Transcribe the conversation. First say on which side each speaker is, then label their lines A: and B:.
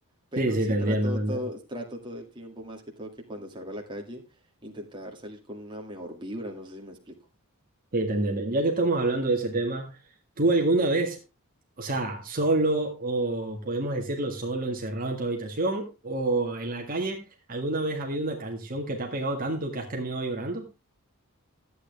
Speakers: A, on the right (about 20°); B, on the right (about 40°).
A: Pero
B: Sí, sí,
A: sí
B: te entiendo,
A: trato
B: te entiendo.
A: todo, trato todo el tiempo, más que todo que cuando salgo a la calle, intentar salir con una mejor vibra, no sé si me explico.
B: Sí, te entiendo. Ya que estamos hablando de ese tema, ¿tú alguna vez, o sea, solo o podemos decirlo solo, encerrado en tu habitación o en la calle, alguna vez ha habido una canción que te ha pegado tanto que has terminado llorando?